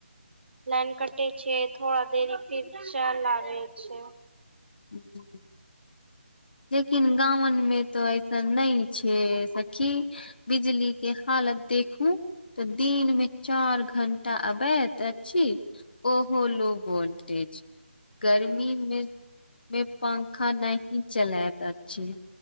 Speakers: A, on the right (about 60°); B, on the left (about 50°).
A: लाइन कटे छै थड़ा देरी फिर चल लागे छै
B: हुँ लेकिन गामन मे तो ऐसन नहि छै सखी बिजली के हालत देखू तऽ दिन मे चार घंटा आवैत अछि ओहो लोको वोट गर्मी मे मे पंखा नहि चलात अछि